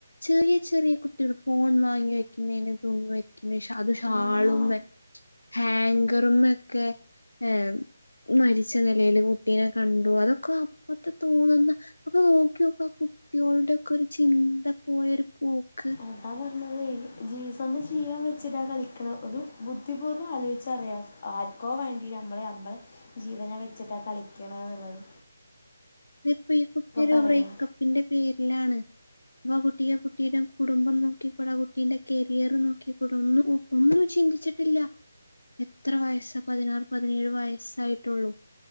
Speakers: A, on the left; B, on the left.
A: ചെറിയ ചെറിയ കുട്ടികൾ ഫോൺ വാങ്ങി വെക്കുക തൂങ്ങി വെക്കുന്നെ അതും ഷാള്ളുമ്മേ
B: ആ
A: ഹാങ്കറുംമൊക്കെ ഏഹ് മരിച്ച നിലയില് കുട്ടീനേ കണ്ടു അതൊക്കെ അപ്പത്ത തോന്നുന്ന അപ്പൊ നോക്കിയോക്കാ കുട്ടിയോൾടൊക്കെ ഒക്കെ ഒരു ചിന്ത പോയൊരു പോക്ക്
B: അതാ പർഞ്ഞതെയ് ജീവ സ്വന്തം ജീവൻ വെച്ചിട്ടാ കളിക്ക്ണെ ഒരു ബുദ്ധിപൂർവ്വം ആലോചിച്ച അറിയാ ആർക്കോ വേണ്ടി നമ്മള് നമ്മളെ ജീവനെ വെച്ചിട്ടാ കളിക്ക്ണെന്നുള്ളത്
A: ഇതിപ്പ ഈ കുട്ടിയൊരു
B: പറയുക
A: ബ്രേക്കപ്പിന്റെ പേരിലാണ് ന്നാ കുട്ടിയെ കുട്ടിയുടെ കുടുംബം നോക്കിക്കൂടാ കുട്ടീന്റെ കരിയർ നോക്കിക്കൂടെ ഒന്ന് നോ ഒന്ന് ഒന്നും ചിന്തിച്ചിട്ടില്ല എത്ര വയസ്സാ പതിനാറ് പതിനേഴ് വയസ്സായിട്ടുള്ളൂ